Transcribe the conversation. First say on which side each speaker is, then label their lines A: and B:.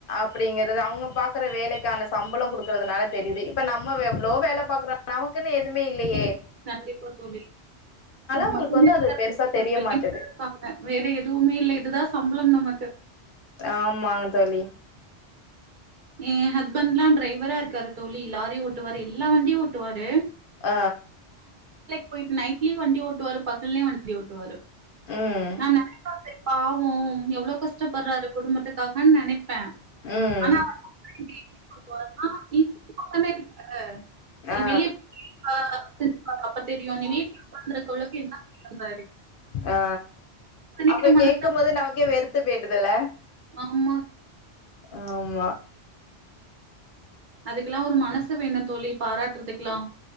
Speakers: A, on the left (about 60°); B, on the right (about 50°).
A: அப்புடிங்க அவுங்க பாக்குற வேலெக்கான சம்பளோ குடுக்குறதுனால தெரிது இப்ப நம்ம வ எவ்ளோ வேல பாக்குறோ நமக்குன்னு எதுமே இல்லயே
B: கண்டிப்பா தோழி நமக்குன்
A: உங்களுக்கு வந்து
B: இருக்கற
A: அது பெருசா
B: <inaudible>
A: தெரிய
B: பிள்ளைங்க
A: மாட்டது
B: தா இருப்பாங்க வேற எதுவுமே இல்ல இதுதா சம்பளம் நமக்கு
A: ஆமாங்க தோழி
B: ஏ ஹஸ்பண்ட்லா டிரைவரா இருக்காரு தோழி லாரி ஓட்டுவாரு எல்லா வண்டியும் ஓட்டுவாரு
A: ஆ
B: போய்ட்டு நைட்லயும் வண்டி ஓட்டுவாரு பகல்லயும் வண்டி ஓட்டுவாரு
A: ம்
B: நா <unintelligible> சரி பாவோம் எவ்ளோ கஷ்டப்படுறாரு குடும்பத்துக்காகனு நெனைப் <unintelligible>
A: ம் ஆ
B: ஒரளுக்கு என்ன <unintelligible>
A: ஆ
B: நெனைக்கிற
A: அப்ப
B: மனசு
A: கேக்கும்
B: அவருக்கு.
A: போது நமக்கே வெறுத்து போய்டுதுல
B: ஆமா
A: ஆமா
B: அதுக்கெலா ஒரு மனசு வேணு தோழி பாராட்டுறதுக்கெலா